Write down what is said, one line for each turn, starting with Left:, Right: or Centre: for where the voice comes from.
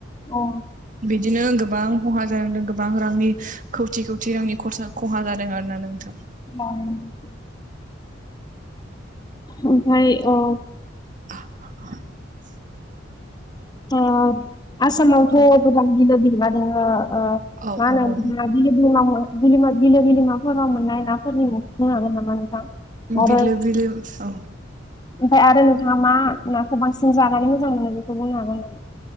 Left: अ।
Right: बिदिनो गोबां खहा जानांदों। गोबां रांनि खौथि खौथि रांनि खरसा खहा जादों आरो ना नोंथां।
Left: <inaudible> ओमफ्राय औ
Right: <inaudible>
Left: आ आसामावथ'
Right: औ
Left: गोबां बिलो बिलोमा दङ। ओ
Right: औ
Left: मा
Right: औ
Left: होनो
Right: औ
Left: बिलो बिलोमा बिलोमा बिलो-बिलोमाफोराव मोननाय नाफोरनि मुं खिथानो हागोन नामा। नोंथां? आरो
Right: बिलो बिलो औ।
Left: ओमफ्राय आरो नोंथाङा मा नाखौ बांसिन जानानै मोजां मोनो बेखौ बुंनो हागोन नामा।